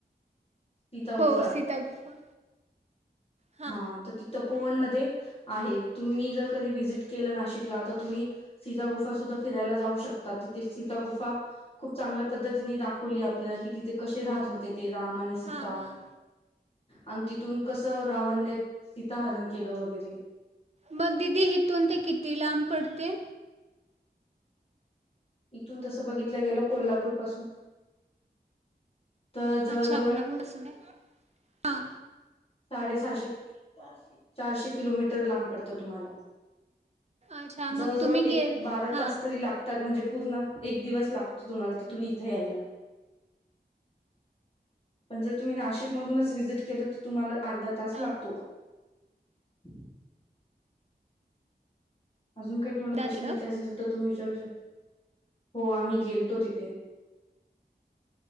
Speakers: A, on the left; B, on the right.
A: सीता गुफा,
B: हो सीता गुफा हां
A: हा तो ति तपोवन मध्ये आहे तुम्ही जर कधी व्हजिट केलं नाशिकला तर तुम्ही सीता गुफा सुद्धा फिरायला जाऊ शकता तिथे सीता गुफा खूप चांगल्या पद्धतीने दा खोली आपल्याला कि तिथे कसे राहत होते ते राम आणि सीता.
B: हां हां
A: आणि तिथून कसं रावणने सीता हरण केलं वगैरे
B: मग दिदी हिथून ते किती लांब पडते.
A: इथून तसं बघितल्या गेल कोल्हापूर पासून तर जवळजवळ
B: अच्छा गुलाब बसून, हा.
A: साडेसहाशे चारशे किलोमीटर लांब पडतं तुम्हाला.
B: अच्छा मग
A: जवळ
B: तुम्ही
A: जवळ
B: गेल
A: एक बारा
B: हा
A: तास तरी लागतात म्हणजे पूर्ण एक दिवस लागतो. तुम्हाला तिथून इथे यायला. पण जर तुम्ही नाशिक मधूनच व्हिसिट केलं तर तुम्हाला अर्धा
B: अच्छा
A: तास लागतो. <inaudible> अजून काही तूम्हाला प्रश्
B: तिकडं
A: विारायचा असेल तुम्ही विचारू शकता. हो आम्ही गेलतो तिथ.